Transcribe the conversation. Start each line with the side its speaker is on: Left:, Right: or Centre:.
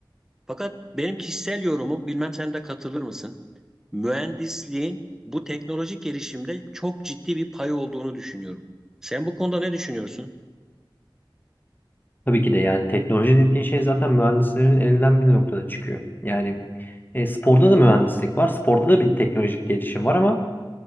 Centre: Fakat benim kişisel yorumum, bilmem sen de katılır mısın? Mühendisliğin bu teknolojik gelişimde çok ciddi bir payı olduğunu düşünüyorum. Sen bu konuda ne düşünüyorsun?
Left: Tabii ki de yani teknoloji dediğin şey zaten mühendislerin elinden bir noktada çıkıyor. Yani e, sporda da mühendislik var. Sporda da bir teknolojik gelişim var ama